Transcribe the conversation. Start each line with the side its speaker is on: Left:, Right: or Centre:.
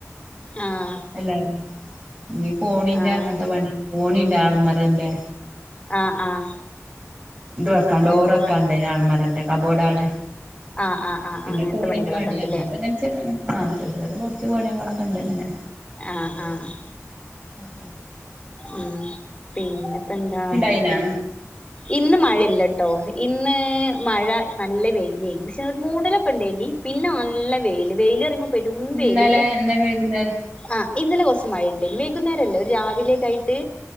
Left: ആഹ്
Right: എല്ലാരും ഇനി കോണിന്റെ
Left: ആഹ്
Right: അങ്ങനത്തെ പണി കോണിന്റെ ആളമറന്റെ
Left: ആഹ് ആഹ്
Right: ഇത് വെക്കാണ്ട
Left: ആഹ്
Right: ഡോർ
Left: ശരി
Right: വക്കാണ്ട് ആൾമാരന്റെ കബോർഡ ആള്
Left: ആഹ് ആഹ് ആഹ്
Right: പിന്നെ
Left: അങ്ങനത്തെ
Right: കൊണിന്റെ
Left: പണികളൊക്കെ
Right: പണി
Left: ഉണ്ടല്ലേ
Right: അങ്ങൻ ത്ത ആ ചെറിയ ചെറി കുറച്ചു പണി കളൊക്കെ ഉണ്ട് ഇങ്ങനെ
Left: ആഹ് ആഹ്
Right: അപ്പ
Left: ഉം പിന്നെപ്പോ എന്താ
Right: പിന്നാ
Left: ഇന്ന് മഴല്ലട്ടോ ഇന്ന് മഴ നല്ല വെയില് ആയിരുന്നു പക്ഷെ മൂടലൊക്കെ ണ്ടായിനി പിന്നെ നല്ല വെയില് വെയില പറിയുമ്പോ പെരും വെയില്
Right: ഇന്നലെ
Left: അല്ല
Right: ഇന്നലെ വൈകുന്നേരം
Left: ആ ഇന്നലെ കുറച്ച് മഴയുണ്ട് വൈകുന്നേരല്ലേ ഒരു രാവിലേക്കായിട്ട്